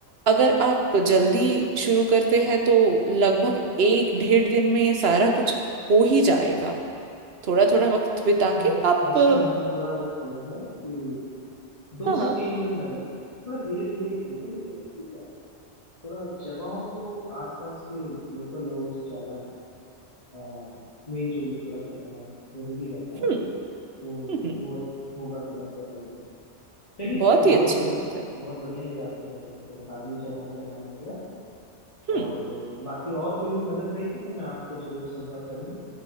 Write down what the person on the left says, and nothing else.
नहीं
ऐसा
मैंने थोड़ा वो किया है कि दो
से
तीन दिन मैं रुक थोड़ा धीरे धीरे ही घूमूं लेकिन ठीक है थोड़ा जगहों को आसपास के लोकल लोगों से ज्यादा आ, मेल जोल थोड़ा सा करना जरूरी रहता है ना
तो
वो होगा तो बेहतर रहेगा चलिए
बहुत
बढ़िया
बहुत बढ़िया ये आपने मेरे को बता दिए जगहों के नाम वगैरह
और अ, बाकी और कोई भी मदद रहेगी तो मैं आपको जरूर संपर्क करूंगा